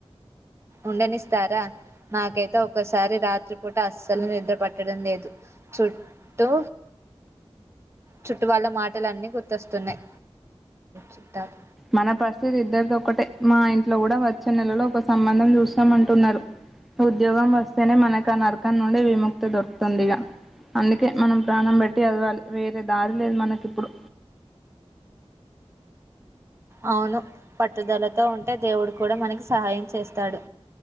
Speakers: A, on the right; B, in the centre.
A: ఉండనిస్తారా నాకైతే ఒక్కసారి రాత్రి కూడా అస్సలు నిద్ర పట్టడం లేదు చుట్టూ చుట్టూ వాళ్ల మాటలున్నీ గుర్తొస్తున్నాయి చుట్టాలు
B: మన పరిస్థితి ఇద్దరితో ఒకటే మా ఇంట్లో కూడా వచ్చే నెలలో ఒక సంబంధం చూస్తాంమంటున్నారు ఉద్యోగం వస్తేనే మనకు ఆ నరకం నుండి విముక్తి దొరుకుతుంది ఇగా అందుకే మనం ప్రాణం పెట్టి చదవాలి వేరే దారి లేదు మనకి ఇప్పుడు
A: అవును పట్టుదలతో ఉంటే దేవుడు కూడా మనకి సహాయం చేస్తాడు